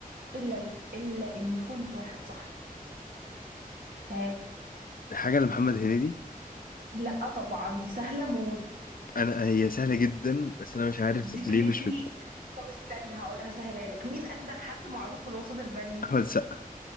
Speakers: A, on the right; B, on the left.
A: الا ال... الا اني خنت واحد صاحبي ها
B: حاجه لمحمد هنيدي
A: لا طبعا دي سهله موت
B: انا هي سهله جدا بس انا مش عارف
A: دي كليشيه
B: ليه مش في دماغي.
A: طب استنى هقول هسهلها لك مين اجدع حد معروف في الوسط الفني
B: احمد السقا